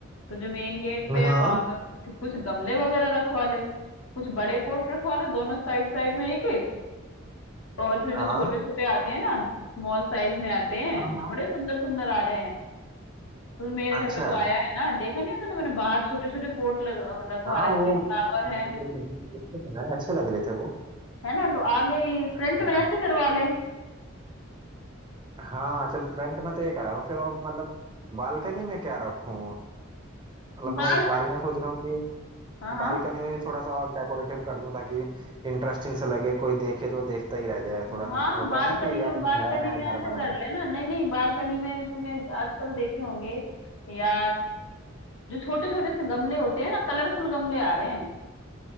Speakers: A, on the left; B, on the right.
A: तो जो मेन गेट पे
B: हाँ
A: है वहां पे कुछ कुछ गमले वगैरह रखवा ले कुछ बड़े पॉट रखवा ले दोनों साइड साइड में एक एक और फिर जो
B: हाँ
A: छोटे छोटे आते हैं ना स्मॉल साइज में आते हैं
B: हाँ हाँ
A: बड़े सुंदर सुंदर आ रहे हैं तो मेरे घर
B: अच्छा
A: पे तो आया है ना देखा नहीं है तूने मैंने बाहर छोटे छोटे पॉट रखवा
B: हाँ
A: रखे
B: वो
A: हैं फ्लावर
B: वो
A: हैं
B: देख देख देखे थे मैंने अच्छे लग रहे थे वो
A: है ना तो आगे फ्रंट
B: अच्छा
A: में ऐसे करवा ले
B: हाँ चल फ्रंट में तो ये करा रहा हूँ फिर और मतलब बालकनी में क्या रखूँ मतलब
A: बाल
B: मैं बाल में सोच रहा हूँ कि
A: हाँ हाँ
B: बालकनी में भी थोड़ा सा और डेकोरेटिव कर दूँ ताकि इंटरेस्टिंग सा लगे कोई देखे तो देखता ही रह जाए
A: हाँ
B: थोड़ा सा होता
A: बालकनी
B: है ना कि
A: में
B: यार
A: बालकनी
B: नया नया
A: में ऐसे
B: घर बना
A: कर
B: है
A: लेना नहीं नहीं बालकनी में तूने आजकल देखे होंगे या जो छोटे छोटे से गमले होते हैं ना कलरफुल गमले आ रहे हैं